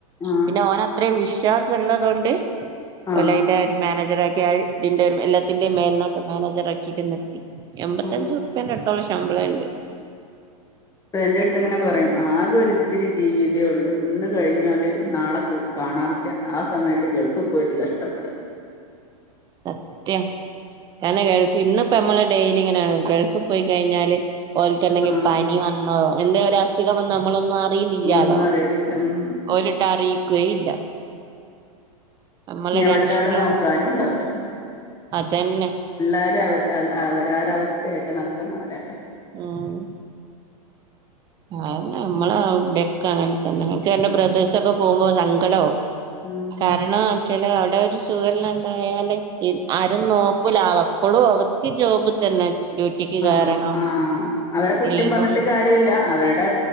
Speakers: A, on the left; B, on the right.
A: ആ
B: പിന്നെ ഓന അത്രയും വിശ്വാസ ഉള്ളതൊണ്ട്
A: ആ
B: ഓലൈന്റെ ഒരു മാനേജർ ആ ക്കെ ആയി ഇതിന്റെ എല്ലാത്തിന്റെയും മേലിനൊക്കെ മാനേജർ ആക്കിയിട്ട് നിർത്തി എൺമ്പത്തഞ്ചു
A: ആ
B: ടുത്തുള്ള ശമ്പളം ഉണ്ട്
A: അപ്പ എന്റെ അടുത്ത് ഇങ്ങനെ പറയും ആകെ ഒത്തിരി ജീവിതേ ഉള്ളൂ ഇന്ന് കഴിഞ്ഞല് നാളെ കാണാ ഇല്ല ആ സമയത്ത് ഗൾഫിൽ പോയിട്ട് കഷ്ടപ്പെടുക
B: സത്യം കാരണം ഗൾഫ് ഇന്നിപ്പോ നമ്മള് ഡെയിലി ഇങ്ങനെയാണ് ഗൾഫിൽ പോയി കഴിഞ്ഞാല് ഓൽക്ക് എന്തെങ്കിലും
A: ആഹ്
B: പനി വന്നോ എന്ത ഒരു അസുഖം നമ്മളൊന്ന അറുന്നില്ലാലോ
A: ഒന്നും അറിയത്തില്ല ഉം
B: ഓലട്ട അറിയിക്കുകേ ഇല്ല നമ്മളെ
A: ഇനി എവിടെരാള്
B: ടെൻഷനാണ്
A: നോക്കാനും ഉണ്ടാവുല
B: അതന്നെ
A: എല്ലാരും അവ അവരര അവസ്ഥയായിട്ട് നടക്കുന്നവരല്ലേ
B: ആഹ് അെ നമ്മള ഇടെക്ക അങ്ങനെ തന്നെ എനിക്ക് എന്റെ ബ്രദേഴ്സൊക്കെ പോകുമ്പോ സങ്കടമാവും
A: ഉം
B: കാരണംച്ചല് അവിടെ ഒരു സുഖല്ലാണ്ടായാല് ആരും നോക്കൂല അപ്പോഴും അവർക്ക് ജോബിൽ തന്നെ ഡ്യൂട്ടിക്ക്
A: ആ
B: കേറണം
A: ആഹ അവരെ കുറ്റം
B: ലീവും
A: പറഞ്ഞിട്ട് കാര്യമല്ല അവരുടെ